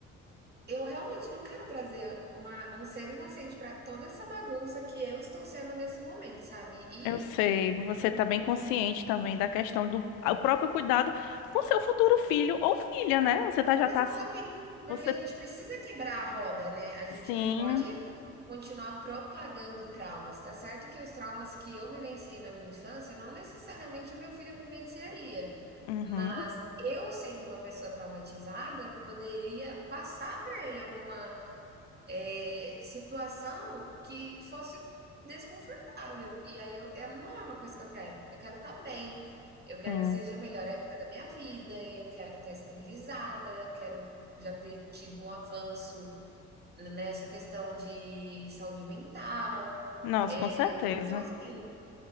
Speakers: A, on the right; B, on the left.
A: eu realmente não quero trazer uma, um ser inocente para toda essa bagunça que eu estou sendo nesse momento, sabe? E
B: eu sei, você está bem consciente também da questão do ah, o próprio cuidado com seu futuro filho ou filha, né? Você tá, já
A: exatamente,
B: tá,
A: porque
B: você,
A: a gente precisa quebrar a roda, né? A gente
B: sim,
A: não pode continuar propagando traumas. Tá certo que os traumas que eu vivenciei na minha infância não necessariamente o meu filho vivenciaria.
B: uhum,
A: Mas eu, sendo uma pessoa traumatizada, poderia passar para ele alguma é, situação que fosse desconfortável. E aí eu, é, não é uma coisa que eu quero. Eu quero estar bem, eu quero
B: sim.
A: que seja a melhor época da minha vida, eu quero estar estabilizada, quero já ter tido um avanço nessa questão de saúde mental.
B: Nossa,
A: É,
B: com certeza.
A: então, assim,